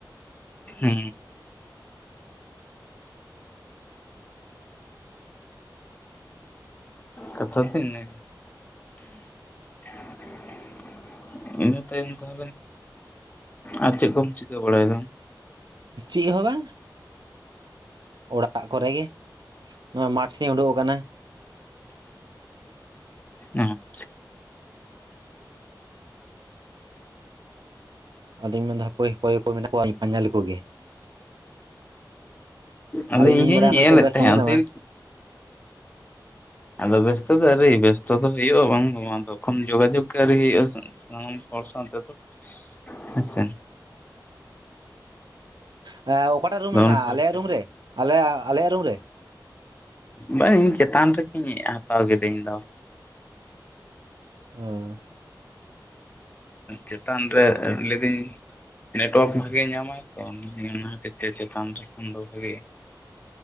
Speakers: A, on the left; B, on the right.
A: ᱦᱩ ᱠᱟᱛᱷᱟ ᱫᱚ ᱤᱱᱟ <inaudible> ᱤᱱᱟᱹ ᱛᱟᱭᱚᱢ ᱛᱟᱦᱚᱞᱮ ᱟᱨ ᱪᱮᱫ ᱠᱚᱢ ᱪᱤᱠᱟᱹ ᱵᱟᱲᱟᱭᱮᱫᱟ <inaudible>
B: ᱪᱮᱜ ᱦᱚᱸ ᱵᱟᱝ ᱚᱲᱟᱜ ᱠᱚᱨᱮᱜᱮ ᱱᱚᱣᱟ ᱢᱟᱴᱷ ᱥᱮ ᱤᱧ ᱩᱰᱩᱠ ᱠᱟᱱᱟ
A: ᱧ <unintelligible>
B: ᱟᱫᱚᱧ ᱢᱮᱱᱫᱟ ᱚᱠᱚᱭ ᱚᱠᱚᱭ ᱠᱚ ᱢᱮᱱᱟᱜ ᱠᱚᱣᱟ ᱯᱟᱧᱡᱟᱞᱤ ᱠᱚᱜᱮ <unintelligible>
A: ᱟᱫᱚ
B: ᱟᱨ ᱤᱧᱫᱤᱧ
A: ᱤᱧ ᱦᱚᱧ
B: ᱵᱟᱲᱟᱭᱟ
A: ᱧᱮᱞᱮᱫ
B: ᱦᱚᱭᱛᱳ ᱵᱮᱥ
A: ᱛᱟᱦᱮᱸᱫ
B: ᱛ ᱢᱮᱱᱟᱢᱟ
A: ᱟᱫᱚᱧ ᱟᱫᱚ ᱵᱮᱥᱛᱚ ᱫᱚ ᱟᱹᱣᱨᱤ ᱵᱮᱥᱛᱚ ᱫᱚ ᱦᱩᱭᱩᱜᱼᱟ ᱵᱟᱝ ᱱᱚᱣᱟ ᱫᱚ ᱵᱟᱝ ᱛᱚ ᱠᱷᱚᱱ ᱡᱳᱜᱟᱡᱳᱜ ᱜᱮ ᱟᱣᱨᱤ ᱦᱳᱭᱳᱜᱼᱟ ᱥᱮ᱾ ᱥᱟᱱᱟᱢ ᱦᱚᱲ ᱥᱟᱶ ᱛᱮ ᱛᱚ ᱦᱮᱸᱥᱮ
B: ᱦᱮᱸ ᱚᱠᱟᱴᱟᱜ ᱨᱩᱢ
A: ᱟᱫᱚ
B: ᱨᱮ ᱢᱮᱱᱟᱜᱼᱟ?
A: ᱚᱱᱠᱟ
B: ᱟᱞᱮᱭᱟᱜ
A: ᱞᱮᱠᱟ
B: ᱨᱩᱢ ᱨᱮ ᱟᱞᱮ ᱟᱞᱮᱭᱟᱜ ᱨᱩᱢ ᱨᱮ?
A: ᱵᱟᱝ ᱤᱧ ᱪᱮᱛᱟᱱ ᱨᱮᱜᱮᱧ ᱦᱟᱛᱟᱣ ᱠᱤᱫᱟᱹ ᱤᱧ ᱫᱚ
B: ᱚᱻ
A: ᱪᱮᱛᱟᱱ ᱨᱮ ᱞᱟᱹᱭᱫᱟᱹᱧ ᱱᱮᱴᱣᱟᱨᱠ ᱵᱷᱟᱜᱮ ᱧᱟᱢᱟᱭ ᱛᱚ ᱚᱱᱟ ᱛᱮ ᱛᱮ ᱪᱮᱛᱟᱱ ᱨᱮ ᱠᱷᱚᱱ ᱫᱚ ᱵᱷᱟᱜᱮᱜ-ᱟ᱾